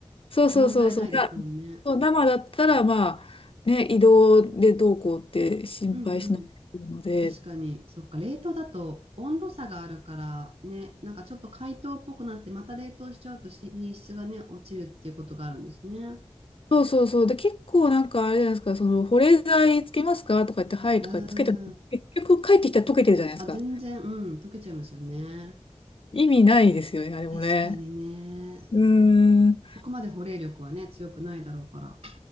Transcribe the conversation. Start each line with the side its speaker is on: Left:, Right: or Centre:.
Left: そうそうそうそう。
Right: 問題ないですもんね。
Left: がそう生だったら、まあ、ね、移動でどうこうって心配しなくていいので、
Right: うんうん。確かに、そっか、冷凍だと温度差があるからね、なんかちょっと解凍っぽくなってまた冷凍しちゃうとし品質がね、落ちるっていうことがあるんですね。
Left: そうそうそう。で、結構なんかあれじゃないですか、その、保冷剤つけますかとか言って、はいとかつけても、
Right: あー
Left: 結局帰ってきたら溶けてるじゃないですか。
Right: あ、全然、うん、溶けちゃいますよね。
Left: 意味ないですよね、あれもね。
Right: 確かにね。
Left: うーん。
Right: そこまで保冷力はね、強くないだろうから。